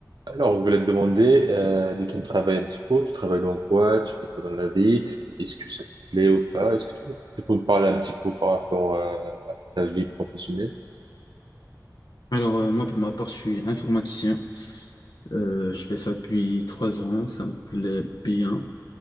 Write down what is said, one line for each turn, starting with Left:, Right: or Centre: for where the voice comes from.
Right: Alors, je voulais te demander euh, de ton travail un petit peu. Tu travailles dans quoi? Tu fais quoi dans la vie? Est-ce que ça te plaît ou pas? Est-ce que tu tu peux me parler un petit peu par rapport à, à ta vie professionnelle?
Left: Alors, euh, moi, pour ma part, je suis informaticien. Euh, je fais ça depuis trois ans. Ça me plaît bien.